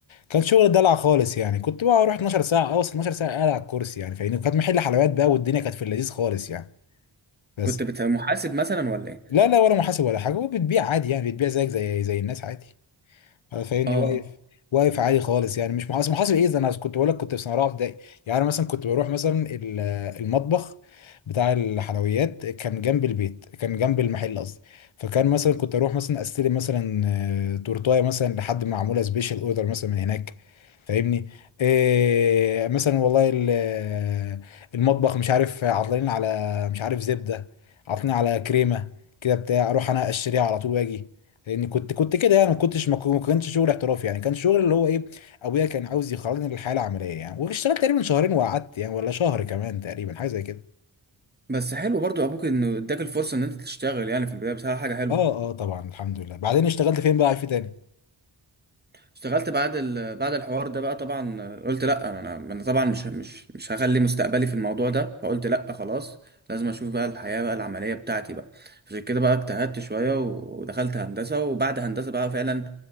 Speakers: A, on the left (about 80°); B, on the right (about 20°).
A: كان شغل دلع خالص يعني كنت بقى اروح 12 ساعه اوصل 12 ساعه قاعد على الكرسي يعني فاهمني وكانت محل حلويات بقى والدنيا كانت في اللذيذ خالص يعني بس
B: كنت بت- محاسب مثلا ولا ايه
A: لا لا ولا محاسب ولا حاجه وبتبيع عادي يعني بتبيع زيك زي زي الناس عادي آه، فاهمني
B: اه
A: واقف
B: آه.
A: واقف عالي خالص يعني مش محاسب محاسب ايه ده انا كنت بقول لك كنت في سنه رابعه ابتدائي يعني انا مثلا كنت بروح مثلا ال- المطبخ بتاع الحلويات كان جنب البيت كان جنب المحل قصدي فكان مثلا كنت اروح مثلا استلم مثلا آه، تورتايه مثلا لحد ما معموله سبيشال اوردر مثلا من هناك فاهمني إيه مثلا والله ال- المطبخ مش عارف عطلانين على مش عارف زبدة عطلانين على كريمة كده بتاع اروح انا اشتريها على طول واجي لان كنت كنت كده يعني ما كنتش ما كو- ما كانش شغل احترافي يعني كان شغل اللي هو ايه ابويا كان عاوز يخرجني للحياة العملية يعني واشتغلت تقريبا شهرين وقعدت يعني ولا شهر كمان تقريبا حاجة زي كده
B: بس حلو برضو ابوك انه اداك الفرصه ان انت تشتغل يعني في البدايه بصراحه حاجه حلوه
A: اه اه طبعا الحمد لله بعدين اشتغلت فين بقى في تاني
B: اشتغلت بعد ال... بعد الحوار ده بقى طبعا قلت لا انا انا طبعا مش مش مش هخلي مستقبلي في الموضوع ده فقلت لا خلاص لازم اشوف بقى الحياة بقى العملية بتاعتي بقى عشان كده بقى اجتهدت شوية و- ودخلت هندسة وبعد هندسة بقى فعلا